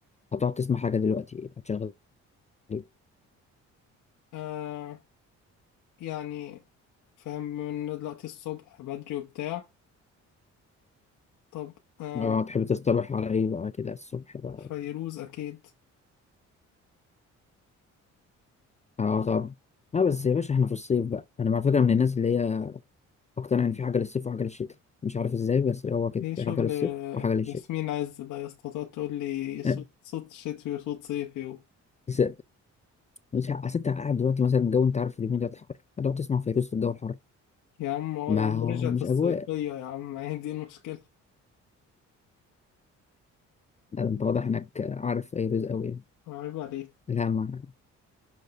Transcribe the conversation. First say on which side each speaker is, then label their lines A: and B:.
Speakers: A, on the left (about 25°); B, on the left (about 80°).
A: هتقعد تسمع حاجه دلوقتي هتشغل ايه
B: آه يعني فاهم من دلوقتي الصبح بدري وبتاع طب آه
A: اه تحب تصطبح على ايه بقى كده الصبح بقى
B: فيروز أكيد
A: اه طب لا بس يا باشا احنا في الصيف بقى انا على فكره من الناس اللي هي اقتنع ان في حاجه للصيف وحاجه للشتاء مش عارف ازاي بس هو كده
B: ايه شغل
A: في حاجه للصيف وحاجه للشتاء
B: ياسمين عز ده يا اسطى تقعد تقول لي صوت
A: اه،
B: صوت شتوي وصوت صيفي
A: بس مش ع- اصل انت قاعد دلوقتي مثلا الجو انت عارف اليومين ده حر هتقعد تسمع فيروز في الجو الحر
B: يا عم اه
A: ما
B: يا عم رجعت
A: مش
B: الصيفية
A: اجواء
B: يا عم هي دي المشكلة
A: لا، انت واضح انك عارف فيروز قوي يعني
B: عيب عليك
A: لا ما